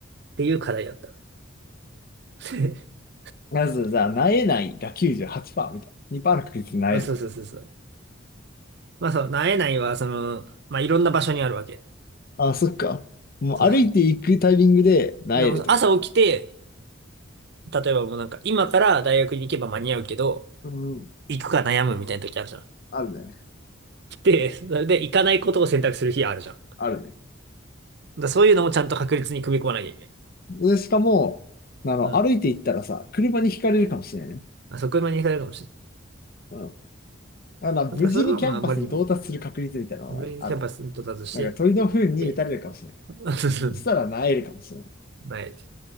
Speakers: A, on the right (about 55°); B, on the left (about 45°).
A: ていう課題だった。<laughs>
B: まず、じゃあ、なえないが98%みたいな。2%の確率でなえる。
A: あ、そうそうそうそう。まあそう、なえないは、その、まあいろんな場所にあるわけ。
B: あ、そっか。もう歩いていくタイミングで、
A: その
B: 萎えるとか。
A: でも朝起きて、例えばもうなんか、今から大学に行けば間に合うけど、
B: うん、
A: 行くか悩むみたいな時あるじゃん。
B: あるね。
A: <laughs> で、それで行かないことを選択する日あるじゃん。だか
B: あるね。
A: らそういうのもちゃんと確率に組み込まなきゃいけない。
B: で、しかも、あの、
A: うん。
B: 歩いていったらさ、車にひかれるかもしれないね。
A: まあ、そこまでいかないかもしれない。
B: うん。だから、
A: だからそれはまああんまりにもね、
B: 無事にキャンパスに到達する確率みたいなのがあるわけ。
A: ブレインにキャンパスに到達し
B: なんか、鳥の糞に打たれるかもしれない。
A: て、で、<laughs>
B: そしたら、萎えるかもしれない。
A: なえる。だか